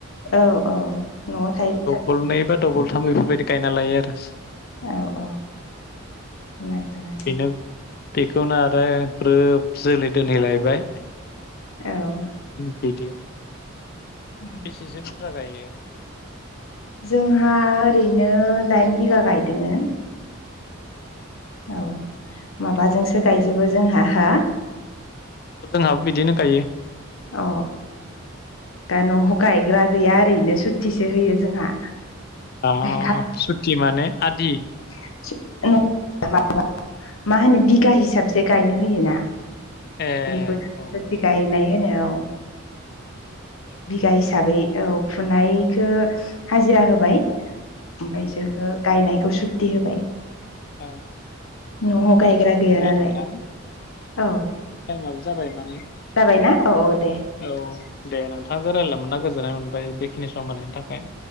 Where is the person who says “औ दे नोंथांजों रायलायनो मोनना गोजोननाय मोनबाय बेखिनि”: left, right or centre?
Left